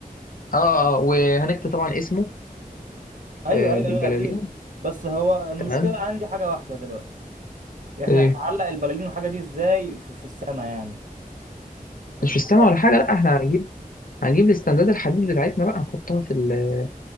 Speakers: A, on the left (about 65°); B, on the right (about 60°).
A: اه آه، وهنكتب طبعا اسمه
B: ايوه
A: آه،
B: ايوه
A: بالبلالين
B: ايوه اكيد بس هو المشكلة
A: تمام
B: عندي حاجة واحدة دلوقتي احنا
A: آه،
B: هنعلق البلالين والحاجة دي ازاي في, في السما يعني انت
A: مش فستان
B: <laughs>
A: ولا حاجة لا احنا هنجيب هنجيب الاستنداد الحديد بتاعتنا بقى نحطها في ال-